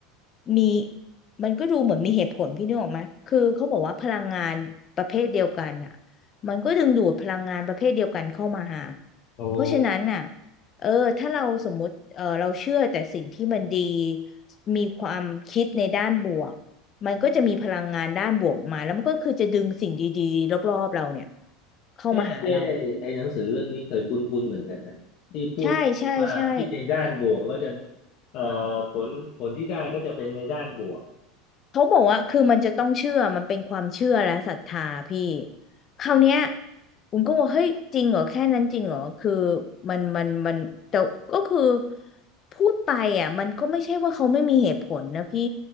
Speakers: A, on the left (about 35°); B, on the left (about 55°).
A: มีมันก็ดูเหมือนมีเหตุผลพี่นึกออกไหมคือเขาบอกว่าพลังงานประเภทเดียวกันอะมันก็ดึงดูดพลังงานประเภทเดียวกันเข้ามาหา
B: โอ้
A: เพราะฉะนั้นน่ะ เออถ้าเราสมมุติเออเราเชื่อแต่สิ่งที่มันดีมีความคิดในด้านบวกมันก็จะมีพลังงานด้านบวกมาแล้วมันก็คือจะดึงสิ่งดีๆรอบๆเราเนี่ยเข้ามาหาเรา
B: เอ๊ะเอ๊ะไอ้หนังสือเรื่องนี้เคยคุ้นๆเหมือนกันนะที่พูดว่าคิดในด้านบวกแล้วจะ
A: ใช่ใช่ใช่
B: เอ่อผลผลที่ได้ก็จะเป็นในด้านบวก
A: เขาบอกว่าคือมันจะต้องเชื่อมันเป็นความเชื่อและศรัทธาพี่คราวเนี้ยผมก็ว่าเฮ้ยจริงเหรอแค่นั้นจริงเหรอคือมันมันมันแต่ก็คือพูดไปอ่ะมันก็ไม่ใช่ว่าเขาไม่มีเหตุผลนะพี่